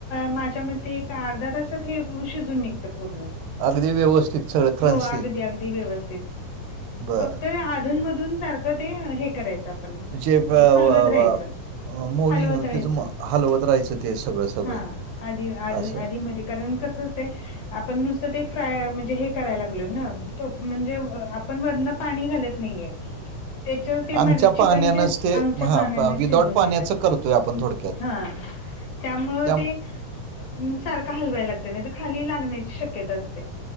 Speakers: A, on the left (about 60°); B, on the right (about 85°).
A: माझ्या मते एक अर्धा तासात हे शिजून निघत पूर्ण
B: अगदी व्यवस्थित सगळं क्रंची.
A: हो अगदी अगदी व्यवथित
B: बरं.
A: फक्त अधून मधून सारखं ते हे करायचं आपण
B: म्हणजे व
A: हलवत
B: व
A: राहायचं.
B: व मुविंग
A: हलवत राहायचं
B: त्याच हलवत राहायचं. ते सगळं, सगळं
A: हा आधी आ
B: असं.
A: आधी मधी कारण कस होतय. आपण नुसतं ते फ्राय म्हणजे हे करायला लागलोय ना. तूप म्हणजे आपण वरण पाणी घालत नाहीये. <unintelligible> त्याच ते
B: अंगच्या
A: मन चिकनच्या
B: पाण्यानंच ते
A: अंगच्या
B: हां
A: पाण्याने
B: विदाऊट
A: शिजून
B: पाण्याचं
A: घेणार
B: करतोय आपण थोडक्यात.
A: हा. त्यामुळं
B: त्या
A: ते सारखं हलवायला लागत. नाही तर खाली लागण्याची शक्यता असते.